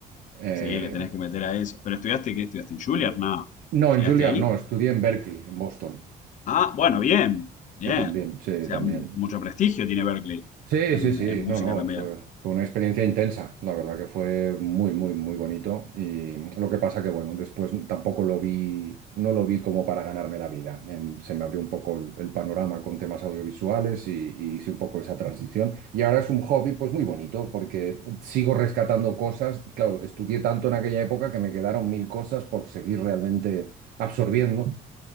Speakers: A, on the right; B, on the left.
A: Eh,
B: sí, le tenés que meter a eso, pero estudiaste, ¿qué estudiaste en Juilliard? Nada,
A: no,
B: ¿llegaste
A: en Juilliard
B: ahí?
A: no, estudié en Berkeley, en Boston.
B: Ah, bueno, bien, bien.
A: Que también, sí,
B: O sea,
A: también.
B: mucho prestigio tiene Berkeley
A: Sí,
B: en,
A: sí, sí,
B: en música
A: no, no,
B: también.
A: fue, fue una experiencia intensa, la verdad que fue muy, muy, muy bonito y lo que pasa que, bueno, después tampoco lo vi, no lo vi como para ganarme la vida, Em, se me abrió un poco el, el panorama con temas audiovisuales y, y hice un poco esa transición y ahora es un hobby pues muy bonito porque sigo rescatando cosas, claro, estudié tanto en aquella época que me quedaron mil cosas por seguir realmente absorbiendo